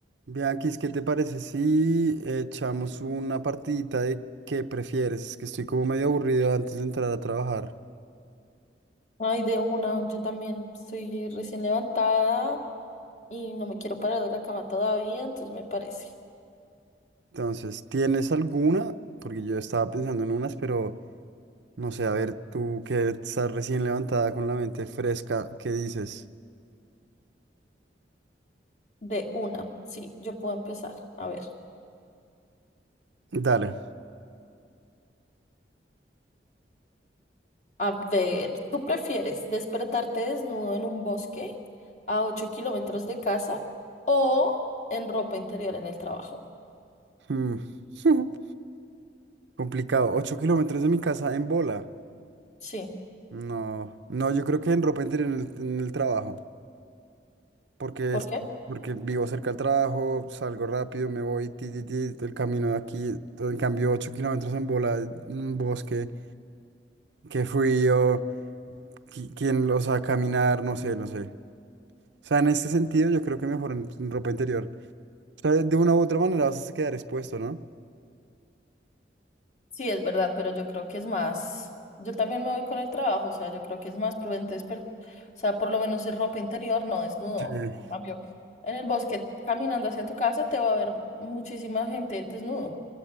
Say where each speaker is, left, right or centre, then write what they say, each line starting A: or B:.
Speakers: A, on the right; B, on the left.
A: Bianquis, ¿qué te parece si echamos una partidita de qué prefieres? Es que estoy como medio aburrido antes de entrar a trabajar.
B: Ay, de una, yo también estoy recién levantada y no me quiero parar de la cama todavía, entonces me parece.
A: Entonces, ¿tienes alguna? Porque yo estaba pensando en unas, pero no sé, a ver, tú que estás recién levantada con la mente fresca, ¿qué dices?
B: De una, sí, yo puedo empezar. A ver,
A: Dale.
B: a ver, ¿tú prefieres despertarte desnudo en un bosque a 8 kilómetros de casa o en ropa interior en el trabajo?
A: Mm. <laughs> Complicado. ¿Ocho kilómetros de mi casa en bola?
B: Sí,
A: No, no, yo creo que en ropa interior en el, en el trabajo. porque,
B: ¿por
A: es-
B: qué?
A: porque vivo cerca del trabajo, salgo rápido, me voy, ti, ti, ti, el camino de aquí, todo, en cambio 8 kilómetros en bola, en un bosque, qué frío, qui- quién los a caminar, no sé, no sé. O sea, en este sentido yo creo que mejor en, en ropa interior. O sea, de una u otra manera vas a quedar expuesto, ¿no?
B: Sí, es verdad, pero yo creo que es más, yo también me voy con el trabajo, o sea, yo creo que es más prudente desper- o sea, por lo menos es ropa interior, no desnudo.
A: Sí.
B: En cambio, en el bosque, caminando hacia tu casa, te va a ver muchísima gente desnudo.